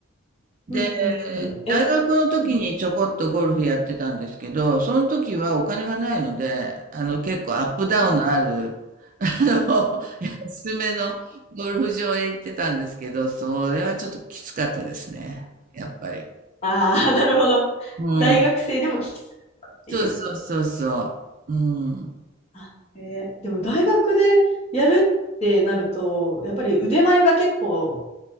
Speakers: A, on the right; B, on the left.
A: で、
B: うんうんうん。え、
A: 大学の時にちょこっとゴルフやってたんですけど、
B: うん
A: その時はお金がないので、あの結構アップダウンのある、
B: うん
A: あの、安めのゴルフ場へ行ってたんですけど、それはちょっときつかったですね。やっぱり。
B: ああ、<laughs> なるほど。
A: うん。
B: 大学生でもきつくっていう。
A: そうそうそうそう。うん。
B: あ、えーでも大学でやるってなると、やっぱり腕前が結構